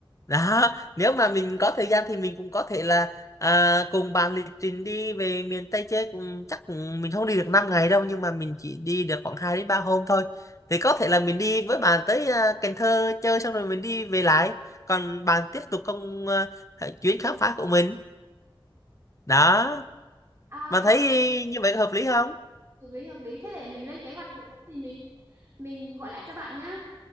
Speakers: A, on the left; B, on the right.
A: <laughs> đó nếu mà mình có thời gian thì mình cũng có thể là à, cùng bạn lịch trình đi về miền Tây chơi cũng chắc cũng- mình không đi được 5 ngày đâu nhưng mà mình chỉ đi được khoảng 2 đến 3 hôm thôi thì có thể là mình đi với bạn tới à, Cần Thơ chơi xong rồi mình đi về lại còn bạn tiếp tục công à, chuyến khám phá của mình đó
B: à
A: bạn thấy như vậy có hợp lý không
B: hợp lý hợp lý thế để mình lên kế hoạch rồi có gì mình mình gọi lại cho bạn nhá